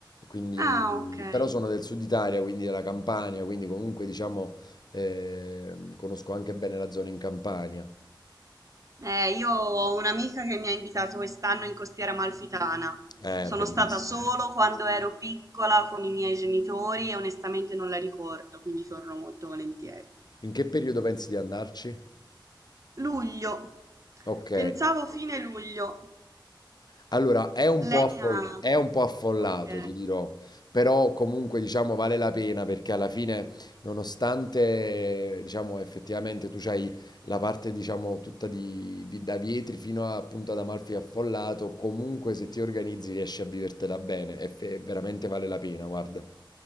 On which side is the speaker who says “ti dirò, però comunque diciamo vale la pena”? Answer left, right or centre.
Left